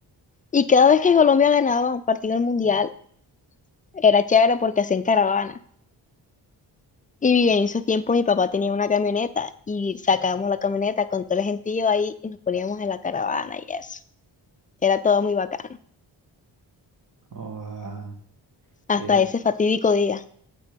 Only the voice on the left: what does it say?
Y cada vez que Colombia ganaba un partido del mundial, era chévere porque hacían caravana. Y bien, en esos tiempos mi papá tenía una camioneta y sacábamos la camioneta con todo el gentío ahí y nos poníamos en la caravana y eso. Era todo muy bacano.
Hasta
ese fatídico día.